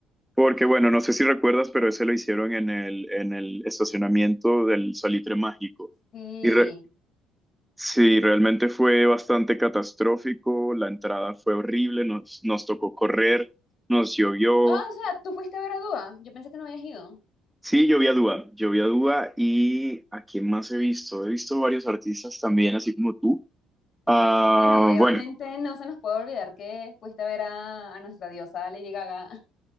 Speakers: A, in the centre; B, on the left.
A: Porque, bueno, no sé si recuerdas, pero ese lo hicieron en el, en el estacionamiento del Salitre Mágico.
B: Sí.
A: Y re- sí, realmente fue bastante catastrófico, la entrada fue horrible, nos, nos tocó correr, nos llovió,
B: Ah, o sea, tú fuiste a ver a Dua. Yo pensé que no habías ido.
A: Sí, yo vi a Dua, yo vi a Dua y ¿a quién más he visto? He visto varios artistas también, así como tú.
B: Ujú.
A: Ah,
B: Bueno, obviamente
A: bueno,
B: no se nos puede olvidar que fuiste a ver a, a nuestra diosa Lady Gaga. <laughs>